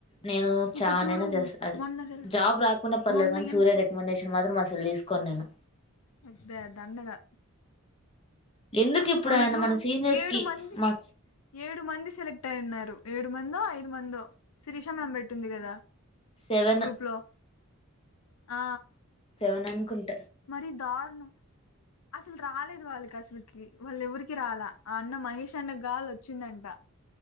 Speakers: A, on the left; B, on the left.
A: నేను
B: ఇప్పుడు
A: చావనైనా
B: చూడు
A: చస్తాను అది
B: మొన్న తెల్
A: జాబ్ రాకుండా పర్లేదు
B: మొన్న
A: కానీ సూర్య
B: ఎంత
A: రికమెండేషన్ మాత్రం అసలు తీసుకో నేను
B: అబ్బే దండగా
A: ఎందుకు ఇప్పుడు
B: మొన్న
A: ఆయన
B: చూడు
A: మన సీనియర్స్
B: ఏడు
A: కి
B: మంది
A: మా
B: ఏడు మంది సెలెక్ట్ అయి ఉన్నారు ఏడు మందో ఐదు మందో శిరీష మేం పెట్టింది కదా
A: సెవెను
B: గ్రూప్ లో ఆ
A: దోణానుకి
B: మరీ దారుణం అసలు రాలేదు వాళ్ళకి అసలుకి వాళ్ళ ఎవరికి రాలా ఆ అన్న మహేష్ అన్న గాలి వచ్చిందంట